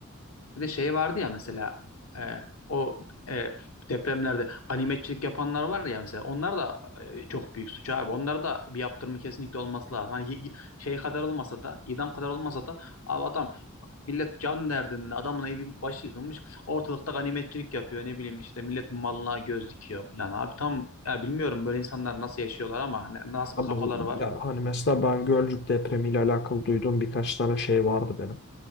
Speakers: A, on the left (about 80°); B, on the left (about 50°).
A: Bir de şey vardı ya mesela e, o e, depremlerde animatçilik yapanlar var ya mesela onlar da e, çok büyük suç abi. Onlar da bir yaptırımı kesinlikle olması lazım. Hani y- y- şey kadar olmasa da idam kadar olmasa da abi adam millet can derdinde adamın evi başı yıkılmış ortalıkta animatçilik yapıyor ne bileyim işte milletin malına göz dikiyor falan abi tam ya bilmiyorum böyle insanlar nasıl yaşıyorlar ama ne- nasıl
B: Abi,
A: bir kafaları var.
B: ya hani mesela ben Gölcük depremiyle alakalı duyduğum birkaç tane şey vardı benim.